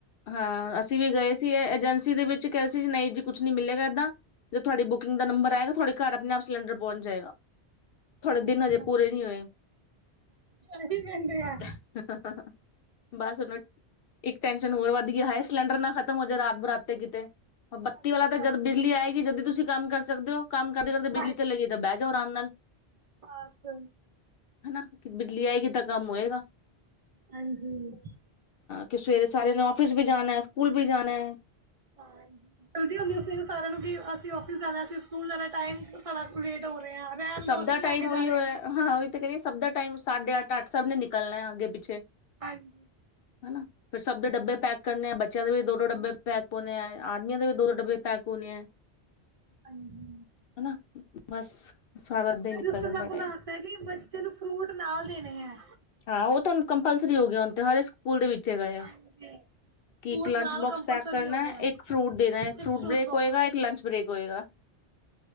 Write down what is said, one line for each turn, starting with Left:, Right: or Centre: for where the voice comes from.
Left: ਹਾਂ ਅਸੀਂ ਵੀ ਗਏ ਸੀ ਏਜੰਸੀ ਦੇ ਵਿੱਚ ਕਿਹਾ ਸੀ ਨਹੀਂ ਜੀ ਕੁੱਛ ਨੀ ਮਿਲੇਗਾ ਏਦਾਂ ਜ ਤੁਹਾਡੀ ਬੁਕਿੰਗ ਦਾ ਨੰਬਰ ਆਏਗਾ ਤੁਹਾਡੇ ਘਰ ਆਪਣੇ ਆਪ ਸਿਲੰਡਰ ਪਹੁੰਚ ਜਾਏਗਾ। ਥੋੜੇ
Right: ਹਾਂਜੀ
Left: ਦਿਨ ਹਜੇ
Right: ਹਾਂਜੀ
Left: ਪੂਰੇ ਨਹੀਂ ਹੋਏ
Right: ਇਹੀ ਕਹਿੰਦੇ ਆ
Left: ਹਾ ਹਾਂ ਹਾਂ ਬਸ ਉਹਨ ਇੱਕ ਹੋਰ ਵੱਧ ਗਿਆ ਹੈ ਸਿਲੰਡਰ ਨਾ ਖ਼ਤਮ ਹੋ ਜਾਏ ਰਾਤ ਬਰਾਤ ਤੇ ਕਿਤੇ ਬੱਤੀ
Right: ਬਸ
Left: ਵਾਲਾ ਤਾਂ
Right: ਬਸ
Left: ਜਦ ਬਿਜਲੀ ਆਏਗੀ ਜਦ ਤੁਸੀਂ ਕੰਮ ਕਰ ਸਕਦੇ ਹੋ ਕੰਮ ਕਰਦੇ ਕਰਦੇ
Right: ਹਾਂਜੀ
Left: ਬਿਜਲੀ ਚੱਲਗੀਈ ਤਾਂ ਬੈਗ ਆਰਾਮ ਨਾਲ
Right: ਬਸ
Left: ਹਨਾ ਕਿ ਬਿਜਲੀ ਆਏਗੀ ਤਾਂ ਕੰਮ ਹੋਏਗਾ
Right: ਹਾਂਜੀ
Left: ਕਿ ਸਵੇਰੇ ਸਾਰੇਆਂ ਨੇ ਔਫਿਸ ਵੀ ਜਾਾਨਣਾ ਹੈ ਸਕੂਲ ਵੀ ਜਾਾਨਾ ਹੈ
Right: ਹਾਂ ਜਲਦੀ ਹੁੰਦੀ ਉਸ ਸਾਰਿਆਂ ਨੂੰ ਕਿ ਔਫਿਸ ਜਾਣਾ ਸੀ ਸਕੂਲ ਜਾਣਾ ਟਾਈਮ ਸਾਡਾ ਲੇਟ ਹੋ ਰਿਹਾ ਰਹਿਣ
Left: ਸਭ
Right: ਦੋ ਅਸੀਂ
Left: ਦਾ
Right: ਨੀ ਲੈ
Left: ਟਾਈਮ
Right: ਕੇ
Left: ਉਹੀ
Right: ਜਾ ਰਹੇ
Left: ਹੋ ਹੈ ਹਾਂ ਉਹੀ ਤਾਂ ਕਹਿਏ ਸਭ ਦਾ ਟਾਈਮ ਸਾਢੇ ਅੱਠ ਅੱਠ ਸਭ ਨੇ ਨਿਕਲਣਾ ਅੱਗੇ ਪਿੱਛੇ
Right: ਹਾਂਜੀ
Left: ਹਨਾ ਫਿਰ ਸਭ ਦੇ ਡੱਬੇ ਪੈਕ ਕਰਨੇ ਆ ਬੱਚਿਆਂ ਦੇ ਵੀ ਦੋ ਦੋ ਡੱਬੇ ਪੈਕ ਹੋਣੇ ਆ ਆਦਮੀਆਂ ਦੇ ਵੀ ਦੋ ਦੋ ਡੱਬੇ ਪੈਕ ਹੋਣੇ ਆ
Right: ਹਾਂਜੀ
Left: ਹਨਾ ਬਸ ਸਾਰਾ ਹੀ
Right: ਸਿਸਟਮ
Left: ਨਿਕਲ ਜਾਂਦਾ
Right: ਮੈਂ ਬਣਾਤਾ
Left: ਟਮ
Right: ਕਿ ਬੱਚੇ ਨੂੰ ਫਰੂਟ ਨਾਲ ਦੇਣੇ ਹੈ
Left: ਹਾਂ ਉਹ ਤੁ ਕੰਪਲਸਰੀ ਹੋ ਗਿਆ ਹ ਸਕੂਲ ਦੇ ਵਿੱਚ ਗਏ
Right: ਹਾਂਜੀ
Left: ਹੈ
Right: ਫਰੂਟ
Left: ਕਿ ਇੱਕ ਲੰਚ
Right: ਨਾਲ
Left: ਬੋਕਸ
Right: ਕੰਪਲਸਰੀ
Left: ਪੈਕ ਕਰਨਾ
Right: ਹੋ ਗਿਆ
Left: ਇੱਕ ਫਰੂਟ ਦੇਣਾ
Right: ਇੱਕ
Left: ਫਰੂਟ ਬ੍ਰੇਕ
Right: ਬੋਕਸ
Left: ਹੋਏਗਾ ਇੱਕ ਲੰਚ ਬ੍ਰੇਕ ਹੋਏਗਾ